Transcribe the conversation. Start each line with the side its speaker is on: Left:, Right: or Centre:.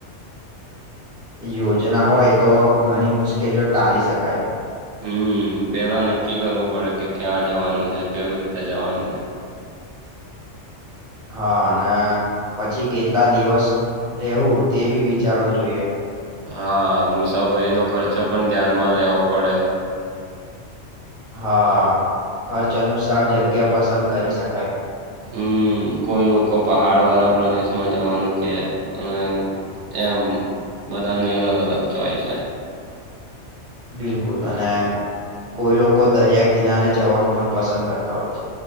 Centre: યોજના હોય તો ઘણી મુશ્કેલીઓ ટાલી શકાય
Right: હમ પેલા નક્કી કરવું પડે કે ક્યાં જવાનું છે કેવી રીતે જવાનું છે
Centre: હા અને પછી કેટલા દિવસ રહેવું તે બી વિચારવું જોઈએ
Right: હા મુસાફરીનો ખર્ચો પણ ધ્યાનમાં લેવો પડે
Centre: હા ખર્ચ અનુસાર જગ્યા પસંદ કરી શકાય
Right: હમ્મ કોઈ લોકો પહાડ વાળા પ્રદેશમાં જવાનું કે અને એમ બધાની અલગ અલગ ચોઈસ હોય
Centre: બિલકુલ અને કોઈ લોકો દરિયા કિનારે જવાનું પણ પસંદ કરતા હોય છે